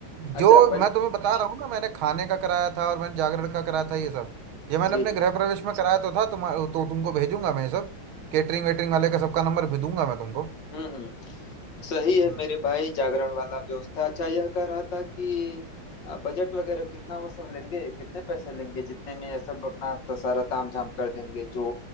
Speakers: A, on the right; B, on the left.
A: जो
B: अच्छा बज
A: मैं तुम्हें बता रहा हूँ ना मैंने खाने का कराया था और मैंने जागरण का कराया था ये सब ये मैंने
B: हाँ जी
A: अपने
B: जी
A: गृह प्रवेश में कराया तो था तुम तो तुमको भेजूंगा मैं ये सब केटरिंग वेटरिंग वाले का सबका नंबर भी दूंगा मैं तुमको
B: हम्म हम्म सही है
A: हम्म
B: मेरे भाई जागरण वाला व्यवस्था अच्छा यह कह रहा था कि अ, बजट वगैरह कितना वो सब लेंगे कितने पैसे लेंगे जितने में यह सब अपना तो सारा तामझाम कर देंगे जो